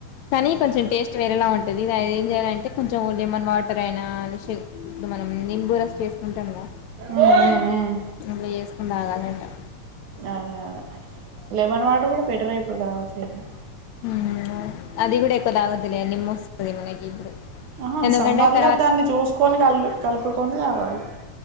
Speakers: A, on the left; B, on the right.
A: కాని కొంచం టేస్ట్ వేరేలా ఉంటది ఇది ఏం చేయాలంటే కొంచెం లెమన్ వాటర్ అయినా లే షు ఇప్పుడు మనం నింబు రస్ చేసుకుం టామ్ గా
B: ఉమ్ ఉమ్
A: ఇలా చేేసుకొని తాగాలి <unintelligible>
B: అదే అదే లెమన్ వాటర్ కూడా బెటర్ అయి <unintelligible>
A: హ అది కూడా <unintelligible> మనకి ఇప్పుడు
B: ఆ
A: ఎందుకంటే
B: సమ్మర్లా
A: తర్వాత
B: దాన్ని చూసుకొని కల్ కలుపు కొన్ని తాగాలి